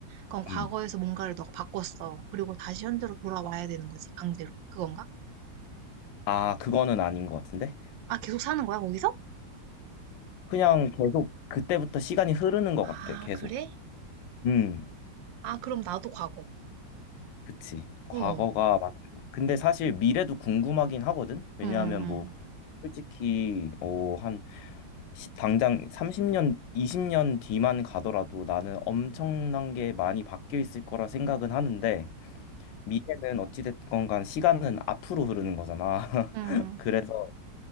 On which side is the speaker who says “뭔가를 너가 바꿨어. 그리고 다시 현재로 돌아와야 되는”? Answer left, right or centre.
Right